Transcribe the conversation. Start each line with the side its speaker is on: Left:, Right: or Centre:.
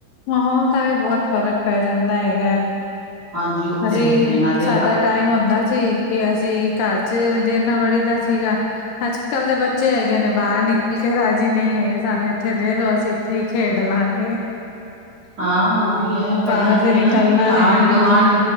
Left: ਮਾਹੌਲ ਦਾ ਵੀ ਬਹੁਤ ਫ਼ਰਕ ਪੈ ਜਾਂਦਾ ਹੈਗਾ।
Right: ਹਾਂਜੀ ਉਹ
Left: ਹਜੇ,
Right: ਤੇ ਹੈ ਹੀ ਹੈ ਨਾਲੇ
Left: ਸਾਡਾ
Right: ਆ-
Left: ਟਾਈਮ ਹੁੰਦਾ। ਸੀ, ਕਿ ਅਸੀਂ ਘਰ ਚ ਦੇਰ ਨਾ ਵੜੀ ਦਾ ਸੀਗਾ, ਅੱਜ-ਕੱਲ ਦੇ ਬੱਚੇ ਹੈਗੇ ਨੇ ਬਾਹਰ, ਨਿਕਲ ਕੇ ਰਾਜੀ ਨਹੀਂ ਹੈਗੇ, ਸਾਨੂੰ ਇੱਥੇ ਦੇ ਦੋ ਅਸੀਂ ਇੱਥੇ ਹੀ ਖੇਡ ਲਾਂਗੇ।
Right: ਹਾਂ, ਉਹ ਵੀ ਹੈ, ਪਹਿਲਾਂ
Left: ਬਾਹਰ ਤੇ
Right: ਕੀ
Left: ਨਿਕਲਣਾ
Right: ਨਾ ਕਿ ਆਂਢ-ਗਵਾਂਢ
Left: ਹੈ ਹੀ ਨਹੀਂ